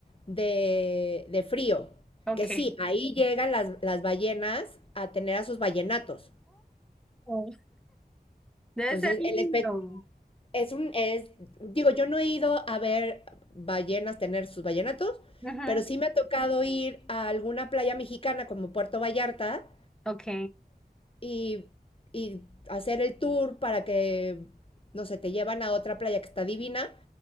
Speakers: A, on the left; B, in the centre.
A: de de frío,
B: ok.
A: que sí, ahí llegan las las ballenas a tener a sus ballenatos.
B: Oh, debe
A: Entonces,
B: ser lindo.
A: el, espe- es un, es, digo, yo no he ido a ver ballenas tener sus ballenatos,
B: Ujú,
A: pero sí me ha tocado ir a alguna playa mexicana como Puerto Vallarta
B: Ok,
A: y, y hacer el tour para que, no sé, te llevan a otra playa que está divina